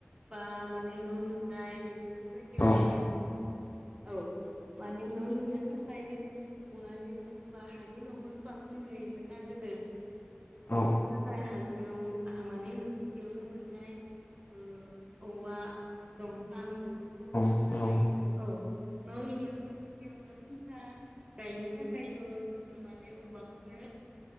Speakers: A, on the right (about 25°); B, on the left (about 50°).
A: बा माने न' लुनाय बेफोरबायदियावबो।
B: औ
A: औ माने न' लुनो। थाखाय गोदोनि सुबुङा जेनेबा हानि न'खौनो बांसिन नुयोमोन ना गोदो बेनि
B: औ
A: थाखाय हाग्रायाव माने मिथिंगायावनो मोननाय ओ औवा दंफां। बुथुमना
B: औ औ
A: लायोमोन औ न' लुनोसो गिबियावनो जोंहा गायनो थाखायथ जोङो माने औवाखौनो